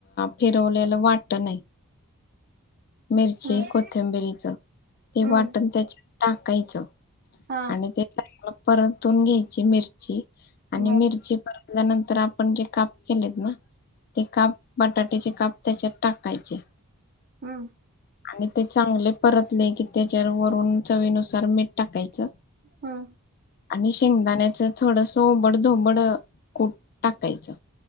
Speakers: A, on the left; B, on the right.
A: फिरवलेल वाटन हाय मिरची
B: हम्म
A: कोथंबिरीच, ते
B: हम्म
A: वाटण त्याच्या टाकायच.
B: हा
A: आणि ते परतून घ्यायची मिरची. आणि
B: बर
A: मिरची नंतर आपण जे काप केलेत ना, ते काप बटाट्याचे काप त्याच्यात टाकायचे.
B: ह्म्म.
A: आणि ते चांगले परतले की त्याच्यावर वरून चवीनुसार मीठ टाकायचं.
B: हा.
A: आणि शेंगदाण्याच थोडस ओबड धोबड कुट टाकायचं.